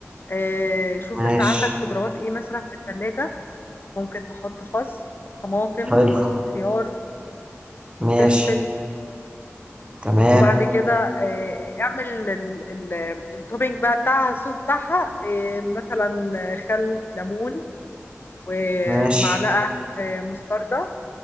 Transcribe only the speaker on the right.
ماشي
حلو
ماشي
تمام
ماشي